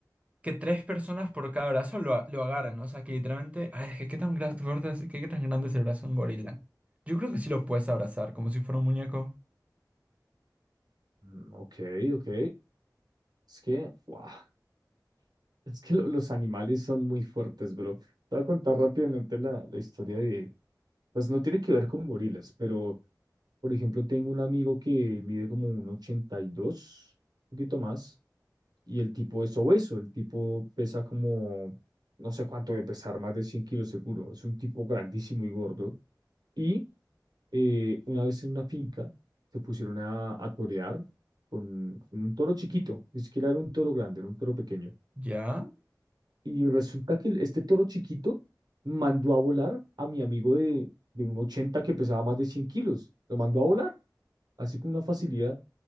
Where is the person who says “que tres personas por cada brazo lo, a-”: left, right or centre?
Right